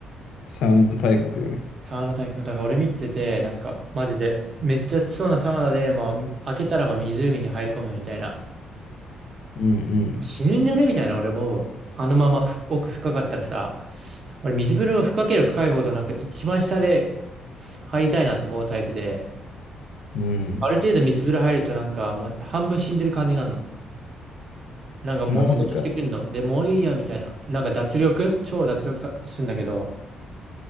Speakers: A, on the left; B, on the right.
A: 三大国。
B: サウナ体験、だから俺見てて、なんか、マジで、めっちゃ暑そうなサウナで、もう、開けたらもう湖に入り込むみたいな。
A: うんうん。
B: 死ぬんじゃねみたいな、俺思うわ。あのままふ奥深かったらさ、俺水風呂深ければ深いほど、なんか一番下で入りたいなと思うタイプで、
A: うん。
B: ある程度水風呂入るとなんかもう半分死んでる感じがあるの。なんか朦朧としてくんの。
A: マジか。
B: で、もういいや、みたいな。なんか脱力超脱力さすんだけど、